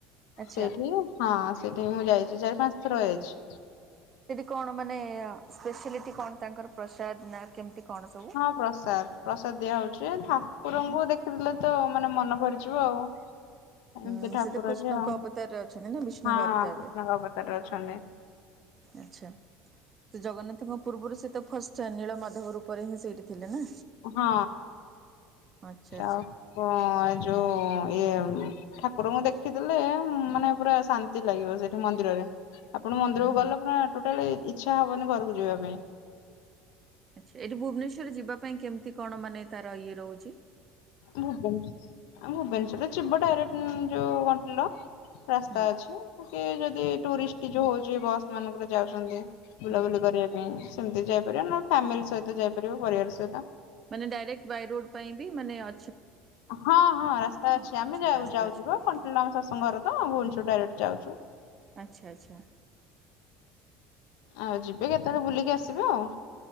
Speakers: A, on the right (about 30°); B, on the left (about 80°).
A: ଆଚ୍ଛା।
B: ସେଇଠି ହଁ ସେଇଠିକି ମୁଁ ଯାଇଚି ଚାରି ପାଞ୍ଚଥର ଯାଇଚି।
A: ସେଠି କଣ ମାନେ ସ୍ପେଶଲିଟି କଣ ତାଙ୍କର ପ୍ରସାଦ ନା କେମିତି କଣ ସବୁ?
B: ହଁ ପ୍ରସାଦ ପ୍ରସାଦ ଦିଆ ହୋଉଚି ଠାକୁରଙ୍କୁ ଦେଖିଦେଲେ ତ ମାନେ ମନ ଭରିଯିବ ଆଉ। ଏମିତି
A: ହୁଁ
B: ଠାକୁର
A: ସେତ କୃଷ୍ଣଙ୍କ
B: ଯେ ଆଉ
A: ଅବତାରରେ ଅଛନ୍ତି ନା ବିଷ୍ଣୁଙ୍କ
B: ହଁ
A: ଅବତାରରେ।
B: କୃଷ୍ଣଙ୍କ ଅବତାରରେ ଅଛନ୍ତି
A: ଆଛା ସେ ଜଗନ୍ନାଥଙ୍କ ପୂର୍ବରୁ ସେ ତ ଫାଷ୍ଟ ନୀଳମାଧବ ରୂପରେ ହିଁ ସେଇଠି ଥିଲେନା।
B: ହଁ
A: ଆଚ୍ଛା
B: ତାପ-ଯୋଉ
A: ଆଚ୍ଛା
B: ଇଏ ଠାକୁରଙ୍କୁ ଦେଖିଦେଲେ ମାନେ ପୁରା ଶାନ୍ତି ଲାଗିବ ସେଇଠି ମନ୍ଦିରରେ। ଆପଣ ମନ୍ଦିରକୁ
A: ହୁଁ ହୁଁ।
B: ଗଲେ ପୁରା ଟୋଟାଲେ ଇଛା ହବନି ଘରକୁ ଯିବା ପାଇଁ।
A: ଆଛା ଏଇଠି ଭୁବନେଶ୍ଵରରେ ଯିବା ପାଇଁ କେମତି କଣ ମାନେ ତାର ଇଏ ରହୁଚି।
B: ଭୁବନେଶ-ଆ ଭୁବନେଶ୍ଵରରେ ଯିବ ଡାଇରେକ୍ଟ ଉଁ-ଯୋଉ କଣ୍ଟିଲୋ। ରାସ୍ତା
A: ହୁଁ
B: ଅଛି କି ଯଦି ଟୁରିଷ୍ଟି ଯୋଉ ହୋଉଚି ବସ୍ ମାନଙ୍କରେ ଯାଉଚନ୍ତି। ବୁଲାବୁଲି
A: ହୁଁ ହୁଁ।
B: କରିବା ପାଇଁ ସେମିତି ଯାଇପାରିବେ ନହେଲେ ଫ୍ୟାମିଲି ସହିତ ଯାଇପାରିବେ ପରିବାର ସହିତ।
A: ମାନେ ଡାଇରେକ୍ଟ୍ ବାଇ ରୋଡ୍ ପାଇଁ ବି ମାନେ ଅ
B: ହଁ-ହଁ ରାସ୍ତା
A: ଆଚ୍ଛା
B: ଅଛି, ଆମେ ଯାଉ
A: ରାସ୍ତା
B: ଯାଉଛୁ
A: ଅଛି
B: ପା
A: ପ୍ରପରଲି
B: କଣ୍ଟିଲୋ ଆମ ଶାଶୂଙ୍କ ଘର ତ ଭୁବନେଶ୍ୱରରୁ ଡାଇରେକ୍ଟ୍ ଯାଉଛୁ।
A: ଆଚ୍ଛା ଆଚ୍ଛା।
B: ଆଉ ଯିବେ କେତେବେଳେ ବୁଲିକି ଆସିବେ ଆଉ,